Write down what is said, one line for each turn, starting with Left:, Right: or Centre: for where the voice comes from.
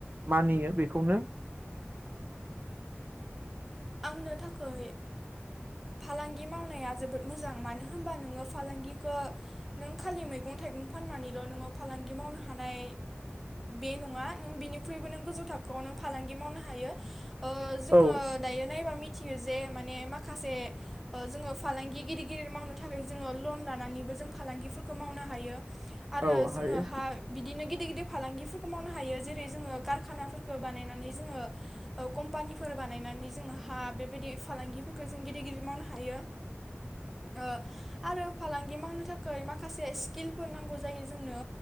Right: मानियो बेखौनो
Centre: आंनो थाखै ओ फालांगि मावनाया जोबोद मोजां मानो होनबा नोङो फालांगिखौ नों खालि मैगं थाइगं फाननानैल नोङो फालांगि मावनो हानाय बे नङा नों बिनिख्रुइबो नों गोजौ थाखोआव नों फालांगि मावनो हायो ओ जोङो
Right: औ
Centre: दायो नायबा मिथियो जे माने माखासे जोङो फालांगि गिदिर गिदिर मावनो थाखाय जोङो लन लानानैबो जों फालांगिफोरखौ मावनो हायो आरो
Right: औ
Centre: जोङो
Right: हायो
Centre: हा बिदिनो गेदिर गेदिर फालांगि -मावनो हायो जेरै जोङो खारखाना फोरखौ बानायनानै जोङो कम्पानिफोर बानायनानै जोहा बेबायदि फालांगिफोरखौ जों गिदिर गिदिर मावनो हायो ओ आरो फालांगि मावनो थाखै माखासे स्किलफोर नांगौ जायो जोंनो